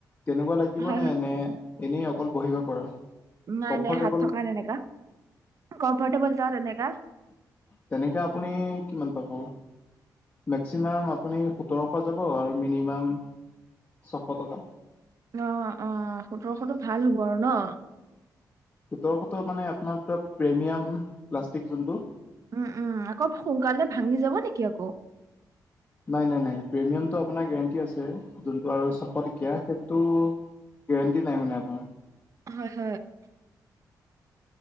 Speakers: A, on the left; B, on the right.
A: তেনেকুৱা লাগিব
B: হয়
A: নে?
B: হয়
A: এনে এনেই অকল বহিব পৰা?
B: নাই
A: কমফৰ্টেবল
B: নাই হাত থকা টেমেকা, কমফৰ্টেবল যাও তেনেকা।
A: তেনেকে আপুনি কিমান পাব? মেক্সিমাম আপুনি সোতৰশ যাব আৰু মিনিমাম ছশ টকা।
B: অ অ সোতৰশ টো ভাল হ'ব আৰু ন?
A: সোতৰশ টো মানে আপোনাৰ প্ৰেমিয়াম প্লাষ্টিক যোনটো।
B: উম উম আকৌ সোনকালে ভাঙি যাব নেকি আকৌ?
A: নাই নাই নাই প্ৰিমিয়ামটো আপোনাৰ গেৰেণ্টি আছে, যোনটো আৰু ছশ টকীয়া সেইটো গেৰেণ্টি নাই মানে আপোনাৰ।
B: হয় হয়।